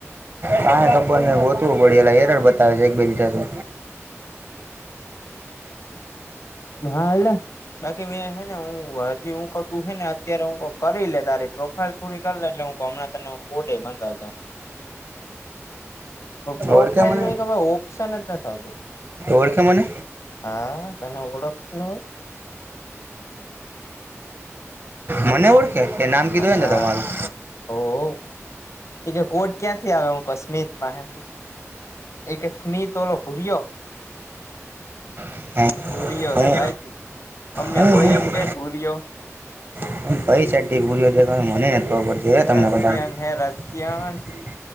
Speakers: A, on the right (about 45°); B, on the left (about 70°).
A: કાય ખબર નહ ગોતવું પડે ઓલા એરર બતાવે છે એકબ સાથે
B: હા એલા બાકી મેં હે ને હું હજી હું ક તું હે ને અત્યારે હું ક કરી લે તારે પ્રોફાઈલ પૂરી કરીે એટલેું ગમણા તરને કોડે પ્રોફાઈલ
A: ઓળખે મને
B: નો ઓપ્શન જ નથી આવતું
A: ઓળખે મને
B: હા તને ઓળખને હોય
A: મને ઓળ ઓકે તે નામ કીધું
B: હા
A: ને તમારું
B: ઓ એ કોટ ક્યાંથી આવે હું કશમીર પાસેથી એ કે સ્મિત ઓલો ઘૂરિયા
A: કશ્મીર
B: ભૂ રિયો
A: હું
B: હે ભાઈ તું અમને
A: હું
B: કોઈ એમ કે ભૂરિયો
A: <unintelligible> નથી ખબર પડતી તમને
B: રશિયન
A: બધા ની
B: હે રશિયન